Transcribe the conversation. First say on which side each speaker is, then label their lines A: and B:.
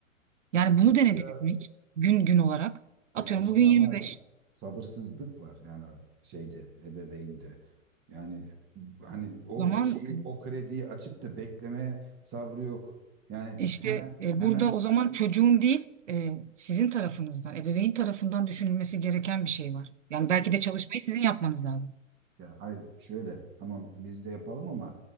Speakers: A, on the right; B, on the right.
A: Yani
B: Evet.
A: bunu denediniz
B: Yani biraz
A: mi hiç? Gün gün olarak.
B: Ya
A: Atıyorum
B: işte
A: bugün 25.
B: ama sabırsızlık var yani şeyde ebeveynde. Yani hani o
A: O zaman
B: şeyi o krediyi açıp da beklemeye sabrı yok. Yani
A: e, işte
B: hemen
A: e,
B: hemen
A: burada o zaman çocuğun değil e, sizin tarafınızdan, ebeveyn tarafından düşünülmesi gereken bir şey var. Yani belki de çalışmayı sizin yapmanız lazım.
B: Ya hayır şöyle tamam biz de yapalım ama